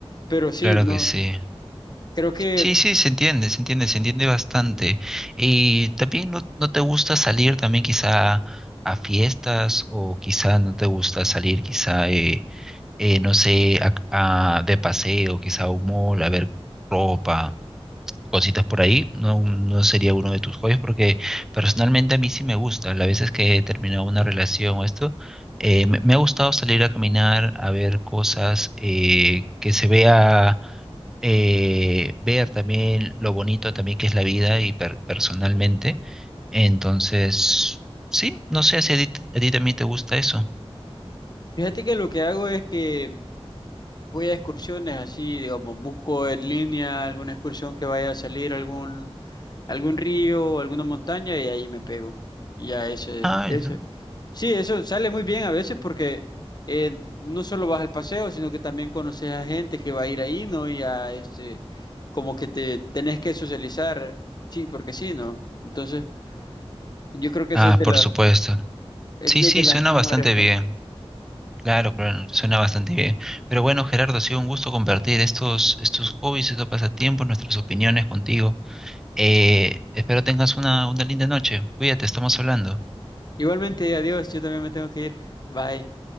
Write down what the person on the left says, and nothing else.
Pero sí,
no,
creo que,
fíjate que lo que hago es que Voy a excursiones así, digamos, busco en línea alguna excursión que vaya a salir a algún, algún río o alguna montaña y ahí me pego. Y ya ese,
ese.
Sí, eso sale muy bien a veces porque eh, no solo vas al paseo, sino que también conoces a gente que va a ir ahí, ¿no? Y a este, como que te tenés que socializar, sí, porque sí, ¿no? Entonces, yo creo que
esa es de
las,
es
de
de las
mejores
cosas.
Igualmente, adiós, yo también me tengo que ir. Bye.